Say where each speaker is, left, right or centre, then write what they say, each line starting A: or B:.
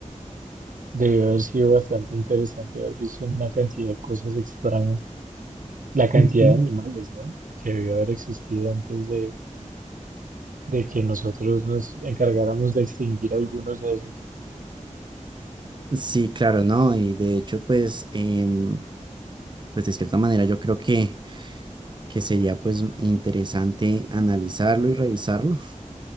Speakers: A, on the right (about 85°); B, on the right (about 35°).
A: debió haber sido bastante interesante haber visto una cantidad de cosas extrañas. La cantidad
B: Ujú.
A: de animales, ¿no? Que debió haber existido antes de, de que nosotros nos encargáramos de extinguir algunos de esos.
B: Sí, claro, ¿no? Y de hecho, pues, em, pues de cierta manera yo creo que, que sería pues interesante analizarlo y revisarlo.